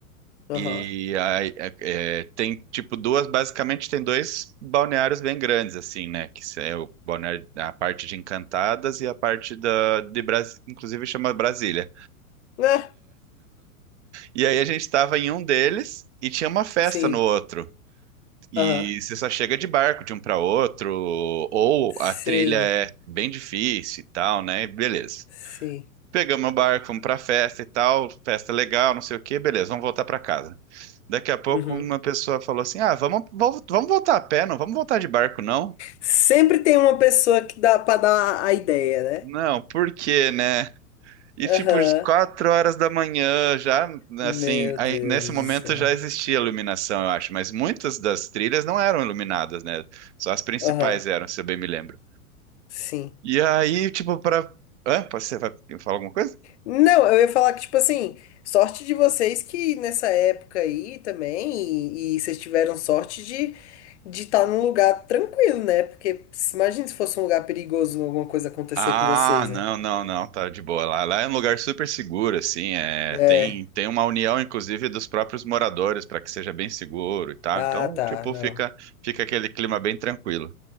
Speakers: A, on the left; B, on the right.
A: Aham.
B: E aí, é- é, tem, tipo, duas, basicamente tem dois balneários bem grandes, assim, né? Que se- é o balneário, a parte de Encantadas e a parte da, de Brasília, inclusive chama Brasília.
A: Né?
B: E aí a gente estava em um deles e tinha uma festa
A: Sim.
B: no outro. E
A: Aham.
B: você só chega de barco de um para outro, ou
A: Sim.
B: a trilha é bem difícil e tal, né? E Beleza.
A: Sim.
B: Pegamos o barco, fomos pra festa e tal, festa legal, não sei o quê, beleza, vamos voltar para casa. Daqui a pouco
A: Uhum.
B: uma pessoa falou assim: Ah, vamos, vol- vamos voltar a pé, não vamos voltar de barco, não?
A: Sempre tem uma pessoa que dá pra dar a ideia, né?
B: Não, por quê, né? E tipo,
A: Aham.
B: <laughs> às quatro horas da manhã, já
A: Meu
B: assim, aí,
A: Deus
B: nesse momento
A: do céu.
B: já existia iluminação, eu acho, mas muitas das trilhas não eram iluminadas, né? Só as principais
A: Aham.
B: eram, se eu bem me lembro.
A: Sim.
B: E aí, tipo, para. Hã? Posso- Você vai falar alguma coisa
A: Não, eu ia falar que, tipo assim, sorte de vocês que nessa época aí também, e, e vocês tiveram sorte de de estar num lugar tranquilo, né? Porque se- imagina se fosse um lugar perigoso, alguma coisa acontecer
B: Ah,
A: com vocês,
B: não,
A: né?
B: não, não, tá de boa. Lá, lá é um lugar super seguro, assim. É,
A: É.
B: tem, tem uma união, inclusive, dos próprios moradores para que seja bem seguro e tal.
A: Ah,
B: Então,
A: tá,
B: tipo,
A: não.
B: fica, fica aquele clima bem tranquilo.